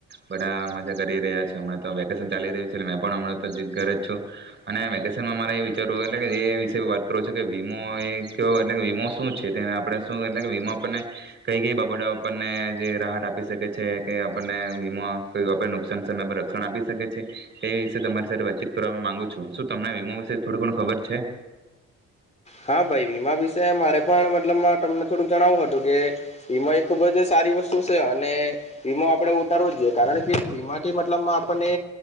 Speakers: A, on the right; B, on the left.
A: બધા મજા કરી રહ્યા છે હમણાં તો વેકેશન ચાલી રહ્યું છે મેં પણ હમં તો અજ ઘરે જ છું અને વેકેશનમાં મારે એ વિચારવું એટલે કે એ વિશે વાત કરું છું કે વીમો એ કેવો એટલે કે વીમો શું છે તેને આપણે શું એટલે વીમો આપણને કઈ કઈ બાબતો આપણને જે રાહત આપી શકે છે કે આપણને વીમો કઈ આપ નુકસાન સમય પર રક્ષણ આપી શકે છે તે વિશે તમારી સાથે વાતચીત કરવા માંગુ છું શું તમને વીમો વિશે થોડું ઘણ ખબર છે
B: હા ભાઈ વીમા વિશે મારે પણ મતલબ તમને થોડુંક જણાવું હતું કે વીમા એ ખુબ જ સારી વસ્તુ છે અને વીમાો આપણે ઉતારવો જ જોઈએ કારણ કે વીમાથી મતલબ આપણને